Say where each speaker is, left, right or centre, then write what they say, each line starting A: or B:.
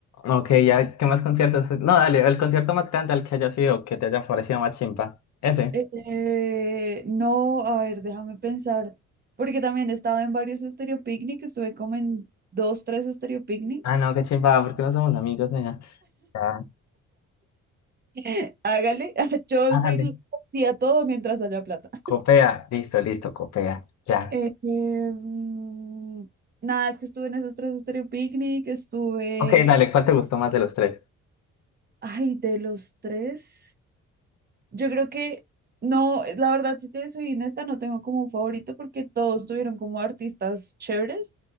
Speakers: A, on the left (about 65°); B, on the right (about 30°).
A: Ok, ya, ¿qué más conciertos? No, dale, el concierto más grande al que haya sido, que te haya parecido más chimpa. Ese.
B: Eh, eh, no, a ver, déjame pensar, porque también estaba en varios Estéreo Picnic, estuve como en dos, tres Estéreo Picnic.
A: Ah, no, qué chimpa, porque no somos amigos, nena? Ya.
B: <laughs> Hágale, <laughs> yo
A: Ah,
B: soy
A: dale.
B: l- sí a todo mientras haya plata.
A: Copea, listo, listo, copea. Ya.
B: Eh, em, nada, es que estuve en esos tres Estéreo Picnic, estuve,
A: Ok, dale, ¿cuál te gustó más de los tres?
B: ay, de los tres, yo creo que, no, la verdad, si te soy honesta, no tengo como un favorito porque todos tuvieron como artistas chéveres.